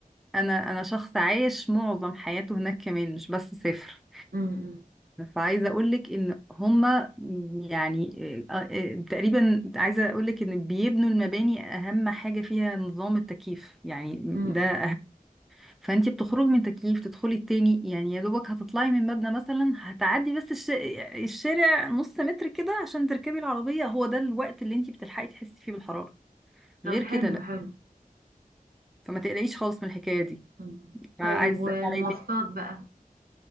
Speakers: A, in the centre; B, on the right.
A: انا انا شخص عايش معظم حياته هناك كمان مش بس سافر
B: م- م-
A: فعايزة اقولك ان هما يعني آه، آه، تقريبا عايزة اقولك ان بيبنوا المباني اهم حاجة فيها نظام التكييف يعني
B: م- م.
A: ده فانتي بتخرجي من تكييف تدخلي التاني يعني يا دوبك هتطلعي من مبنى مثلا هتعدي بس الش... الشارع نص متر كده عشان تركبي العربية هو ده الوقت اللي انتي بتلحقي تحسي فيه بالحرارة
B: طب
A: غير
B: حلو
A: كده لا
B: حلو
A: فما تقلقيش خالص من الحكاية دي
B: م.
A: عايز
B: طيب والمواصلات
A: تسألي عليا
B: بقى